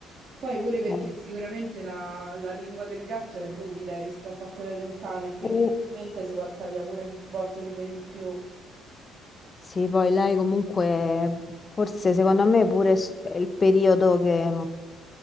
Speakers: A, on the right; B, on the left.
A: Poi pure perché
B: Eh.
A: sicuramente la, la lingua del gatto è ruvida rispetto a quella di un cane, quindi
B: Uh,
A: sicuramente si porta via pure un botto di peli in più.
B: sì, poi lei comunque, forse secondo me pure s- è il periodo che